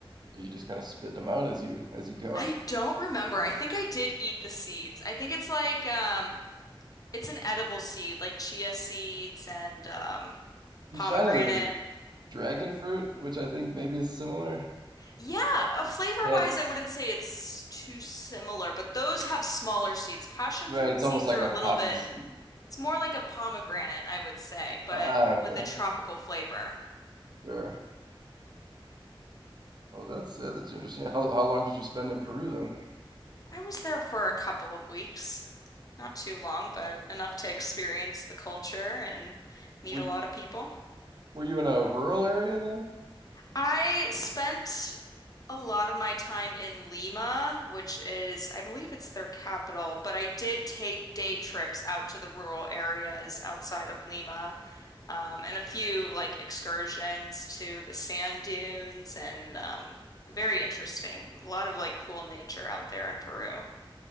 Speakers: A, on the right; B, on the left.
A: you just kind of spit them out as you as you go.
B: I don't remember. I think I did eat the seeds. I think it's like um it's an edible seed, like chia seeds and um pomegranate.
A: In China, there was dragon fruit, which I think maybe is similar.
B: Yeah, uh, flavor-wise,
A: It has,
B: I wouldn't say it's too similar, but those have smaller seeds. Passion
A: right,
B: fruit
A: it's
B: seeds
A: almost like
B: are
A: a
B: a little
A: poppy
B: bit,
A: seed.
B: it's more like a pomegranate, I would say, but
A: Ah, okay.
B: with a tropical flavor.
A: Sure. Oh, that's yeah, that's interesting. How how long did you spend in Peru then?
B: I was there for a couple of weeks. Not too long, but enough to experience the culture and meet
A: Were
B: a
A: you,
B: lot of people.
A: were you in a rural area then?
B: I spent a lot of my time in Lima, which is, I believe it's their capital, but I did take day trips out to the rural areas outside of Lima, um, and a few like excursions to the sand dunes and um, very interesting. A lot of like cool nature out there in Peru.